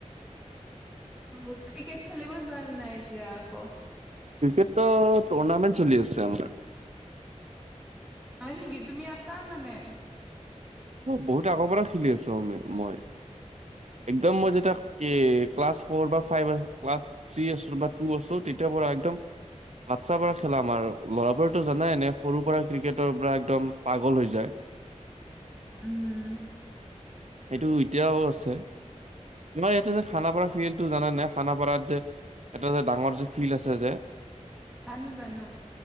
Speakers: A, in the centre; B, on the right (about 65°).
A: অ ক্ৰিকেট খেলিব যোৱা নে নাই এতিয়া আকৌ
B: ক্ৰিকেটো টুৰ্ণামেণ্ট চলি আছে আমাৰ
A: হয় নেকি তুমি আছা মানে
B: অ বহুত আগৰ পৰা খেলি আছো আমি মই একদম মই যেতিয়া কি ক্লাছ ফ'ৰ বা ফাইভ ক্লা থ্ৰী আছো বা টু আছো তেতিয়াৰ পৰা একদম বাচ্ছাৰ পৰা খেলা আমাৰ ল'ৰাৰতো জানাই নে সৰু পৰা ক্ৰিকেটৰ পৰা একদম পাগল হৈ যায়
A: উম
B: সেইটো এতিয়াও আছে তোমাৰ ইয়াতে যে খানাপাৰা ফিল্ডটো জান নাই খানাপাৰাত যে এটা যে ডাঙৰ যে ফিল্ড আছে যে
A: জানো জানো